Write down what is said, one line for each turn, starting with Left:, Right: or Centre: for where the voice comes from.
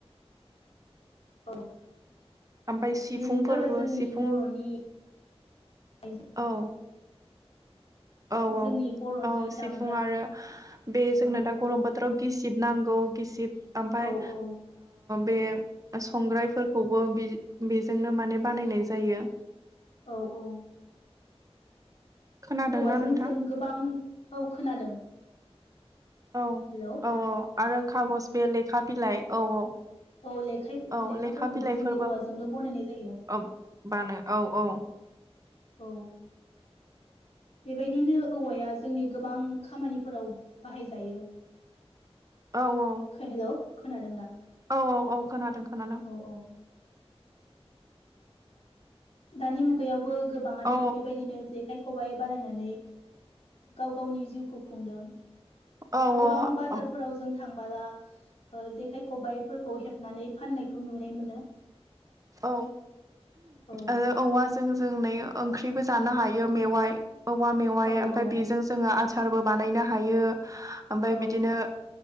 Left: औ
Right: ओमफ्राय सिफुंफोरबो
Left: बेनो जाबाय जोंनि
Right: सिफुं
Left: बर'नि आइजें
Right: औ औ औ
Left: जोंनि बर'नि
Right: औ सिफुं
Left: दामग्रा
Right: आरो बे जोंना
Left: औ
Right: दा गरम बाथोर बोथोराव गिसिब नांगौ गिसिब ओमफ्राय
Left: औ औ
Right: बे संग्रायफोरखौबो बेजोंनो माने बानायनाय जायो
Left: औ औ
Right: खोनादोंना
Left: औवाजों
Right: नोंथां
Left: जों गोबां औ खोनादों
Right: औ
Left: हेलौ
Right: औ औ आरो खागज बे लेखा बिलाइ औ औ
Left: औ ले
Right: औ
Left: लेखाफोरखौबो
Right: लेखा बिलाइफोरबो
Left: जोङो औवाजोंनो बनायनाय जायो
Right: औ बानो औ औ
Left: औ बेबायदिनो औवाया जोंनि गोबां खामानिफोराव बाहायजायो
Right: औ औ
Left: हेलौ खोनादों दा
Right: औ औ औ खोनादों खोनादों
Left: औ औ दानि मुगायावबो गोबाङानो
Right: औ
Left: बेबायदिनो जेखाइ खबाइ बानायनानै गाव गावनि जिउखौ खुंदों
Right: औ
Left: गोबां बाजारफोराव
Right: औ
Left: जों थांबोला जेखाइ खबाइफोरखौ हेबनानै फाननाय बे खौ नुनाय मोनो
Right: औ
Left: औ
Right: आरो औवा जों जों नै ओंख्रिबो जानो हायो मेवाइ औवा मेवाइ
Left: औ
Right: ओमफफ्राय
Left: औ
Right: बेजों जोङो आचारबो बानायनो हायो ओमफ्राय
Left: औ
Right: बिदिनो